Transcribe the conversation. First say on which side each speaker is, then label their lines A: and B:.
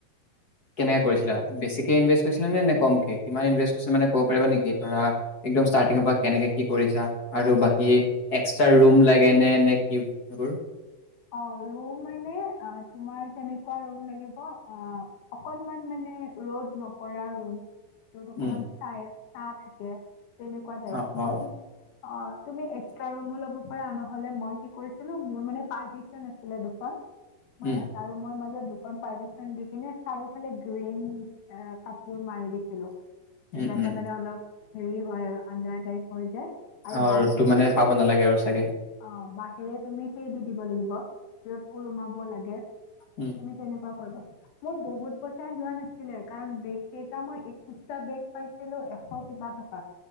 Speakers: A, on the left (about 40°); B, on the left (about 85°).
A: কেনেকে কৰিছিলা? বেছিকে ইনভেষ্ট কৰিছিলা নে, নে কমকে কিমান ইনভেষ্ট কৰিছিলা মানে ক'ব পাৰিবা নেকি, ধৰা একদম ষ্টাৰ্টিঙৰ পৰা কেনেকে কি কৰিছা আৰু বাকী এক্সট্ৰা ৰুম লাগে নে-নে কি সেইবোৰ।
B: অ ৰুম মানে অ তোমাৰ তেনেকুৱা ৰুম লাগিব অ অকনমান মানে ৰ'দ নপৰা ৰুম। অকমান
A: উম,
B: চাই চা থাকে। তেনেকুৱা টাইপ
A: অ',
B: মই
A: অ',
B: কি অ তুমি এক্স্ৰা ৰুমো লব পাৰা। আ ন নহলে মই কি কৰিছিলো মোৰ মানে পাৰ্টিচন আছিলে দুখন। মই
A: উম,
B: এটা ৰোমৰ মাজত পাৰ্টি ন্দ কিনে চাৰওফালে গ্ৰন এ কাপোৰ মাৰি দিছিলো।
A: উম,
B: যাতে
A: উম,
B: মানে অলপ হেৰি হয় আৰু আন্ধাৰ টাইপ হৈ যায়। আৰু
A: অ
B: বাহিৰে
A: ৰ'দো মানে পাব নালাগে আৰু চাগে।
B: অ বাহিৰে তুমি সেই দি দিব লাগিব। য সোমাব লাগে,
A: উম,
B: তুমি তেনেকুৱা কৰিবা। মোৰ বহুত পইচা যোৱা নাছিলে কাৰণ বেগ কেইটা মই একৈশটা বেগ পাইছিলো কিবা টকাত।